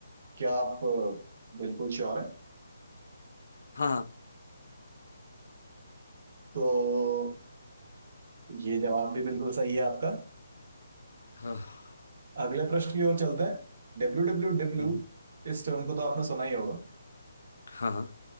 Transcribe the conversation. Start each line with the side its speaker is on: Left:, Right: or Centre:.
Right: क्या आप अ, बिल्कुल श्योर हैं
Left: हाँ
Right: तो ये जवाब भी बिल्कुल सही है आपका
Left: हाँ हाँ
Right: अगले प्रश्न की ओर चलते हैं डब्ल्यू डब्ल्यू डब्ल्यू
Left: हम्म,
Right: इस टर्म को तो आपने सुना ही होगा
Left: हाँ हाँ।